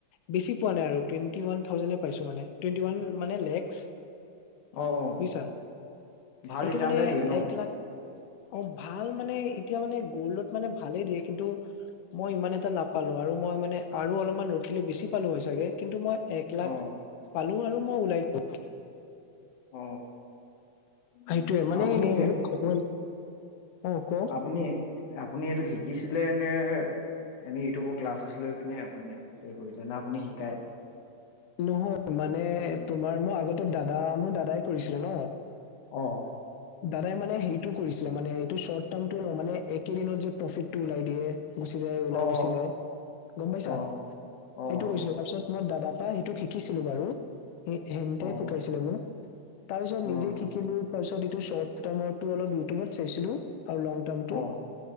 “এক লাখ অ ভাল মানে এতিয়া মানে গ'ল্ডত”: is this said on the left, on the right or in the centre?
Left